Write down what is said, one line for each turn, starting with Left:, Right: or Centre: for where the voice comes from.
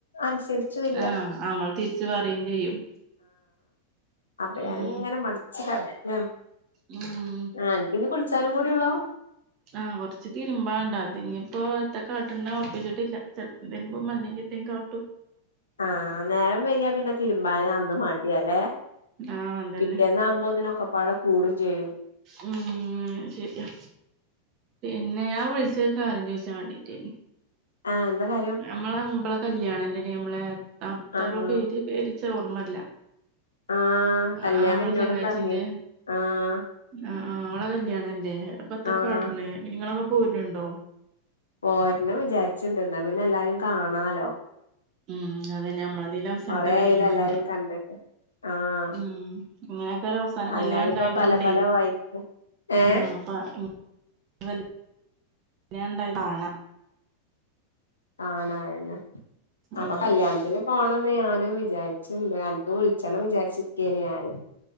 Left: അനുസരിച്ചുല്ല
Right: ആഹ് അമ്മ തിരിച്ച് പറയും ചെയ്യും.
Left: അപ്പ
Right: ഉം
Left: ഞാന് ഇങ്ങനെ മടിച്ച് കെടക്കാണ്
Right: ഉം
Left: ആഹ് ഇനി കുളിച്ചാലോ. കൂടിയുള്ളോ
Right: ആഹ് കൊറച്ച് തിരുമ്പാണ്ട് അതിഞ്ഞിപ്പോ എത്ത കാട്ടണ്ട ഉറപ്പിച്ചിട്ടില്ല ചെലപ്പ വരുമ്പോ മന്നിക്കി ന്തേ ങ്കാട്ടും
Left: ആഹ് നേരം വൈകിയാ പിന്നെ തിരുമ്പാനെ അന്ന് മടിയാല്ലെ
Right: ആഹ് അതന്നെ
Left: പിറ്റേന്നാവുമ്പോ അതിനൊക്കെ പാടെ കൂടും. ചെയ്യും
Right: ഉം ശരിയാ പിന്നെ ഞാൻ വിളിച്ചഹ് കാര്യം ചോദിച്ചാ വേണ്ടിട്ടേന്
Left: ആഹ് എന്താ കാര്യം
Right: അമ്മളെ അമ്പ്ളെ കല്യാണം ഇല്ലടി നമ്മളെ അപ്ത്ത
Left: ആഹ്
Right: ഉള്ള
Left: ആഹ്
Right: പേര് പേര് ച്ച് ഓർമ്മല്ല
Left: ആഹ്
Right: ആഹ്
Left: കല്യാണം
Right: നമ്മളെ
Left: എന്നോടും
Right: ചങ്ങാഴ്ച്ചീന്റെ
Left: പറഞ്ഞെനു ആഹ്
Right: ആഹ് ആഹ് ഓളെ കല്യാണല്ലേ അപ്പെത്തക്കാട്ടണെ
Left: ആഹ്
Right: നിങ്ങളൊക്കെ പൂരിനുണ്ടോ
Left: പോര്നോ വിചാരിച്ചിണ്ട് ന്നാ പിന്നെ എല്ലാരും കാണാലോ
Right: ഉം അത തന്നെ നമ്മളതിൽ അവസാനത്തെ
Left: കൊറേ
Right: കല്യാണംല്ലേ
Left: ആയിലെ എല്ലാരിം കണ്ടിട്ട് ആഹ്
Right: ഉം ഇങ്ങനെയൊക്കെ ഒര് അവസാന
Left: എല്ലാരും
Right: കല്യാണം ണ്ടായതോണ്ടേ
Left: ഇപ്പ പല പല വഴിക്ക് ഏഹ്
Right: ആഹ് അപ്പ ങ് <unintelligible> ല്ല്യാൺണ്ടായകാണ
Left: കാണാ അഎന്നെ അപ്പൊ
Right: ഉം
Left: കല്യാണത്തിന് പോണംന്ന് ഞാനും വിചാരി ച്ണ്ട് അൻക്ക് വിളിച്ചണം വിചാരിച്ചിക്കേന് ഞാന്